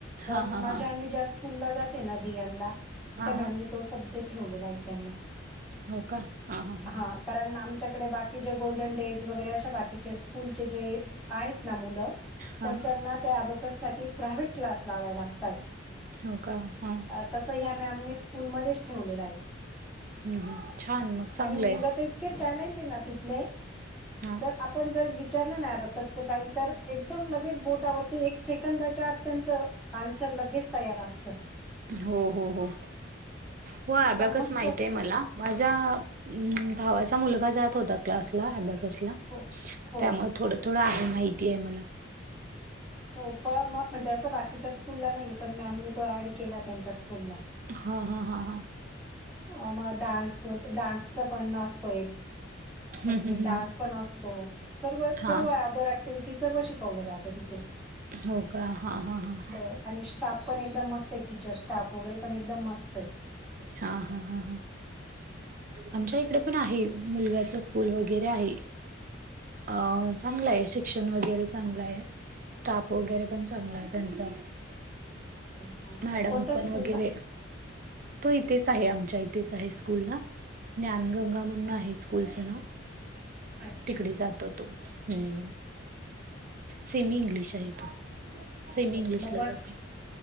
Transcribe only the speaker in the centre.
पण
माझीअन्वी
ज्या स्कूल ला जाते ना, दियान ला तिथे
मॅमनी
तो सब्जेक्ट ठेवलेला आहे. त्यांना-
हां कारण आमच्याकडे बाकी जे गोल्डन डेज वगैरे, अशा बाकीचे स्कूलचे जे आहेत ना मुलं-
तर त्यांना त्या अबॅकस साठी प्रायव्हेट क्लास लावाय लागताय.
अ तसं ह्या मॅमने स्कूलमध्येच ठेवलेलं आहे.
आणि मुलं तर इतके टॅलेंट आहे ना, तिथले
तर आपण जर विचारलंना ॲबॅकच् काही तर, एकदम लगेच बोटावरती एक सेकंदाच्या आत त्यांच आन्सर लगेच तयार असतं.
एकदम
मस्त
स्कूल
हो हो
हो पण म म्हणजे असं बाकीच्या स्कूलला नाहीये, पण मॅमने तो ऍड केला त्यांच्या स्कूलला
अ मग डान्स डान्सच पण नसतो एक सब्जेक्ट
डान्स पण असतो सर्व सर्वदो
ी सर्व शिकवलं जातं तिथे
हो आणि स्टाफ पण एकदम मस्त आहे टीचर स्टाफ वगैरे पण एकदम मस्त आहे
आहे
कोणत्या
स्कूलला
अच्छा
हो
मग बस